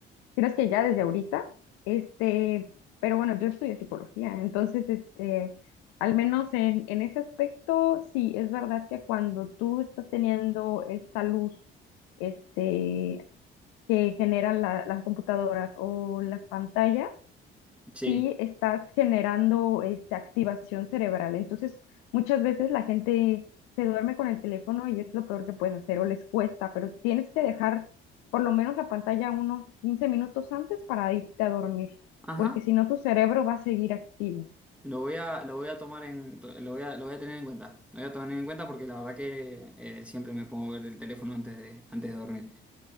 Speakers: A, on the left; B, in the centre.
A: Si no es que ya desde ahorita. Este, pero bueno, yo estudio psicología. Entonces, este, al menos en, en ese aspecto, sí, es verdad que cuando tú estás teniendo esta luz. este, que generan la- las computadoras o las pantallas,
B: Sí.
A: sí estás generando este, activación cerebral. Entonces, muchas veces la gente se duerme con el teléfono y es lo peor que puedes hacer o les cuesta, pero tienes que dejar por lo menos la pantalla unos 15 minutos antes para irte a dormir,
B: Ajá.
A: porque si no tu cerebro va a seguir activo.
B: Lo voy a, lo voy a tomar en, lo voy a, lo voy a tener en cuenta. Lo voy a tomar en cuenta porque la verdad que eh, siempre me pongo a ver el teléfono antes de, antes de dormir.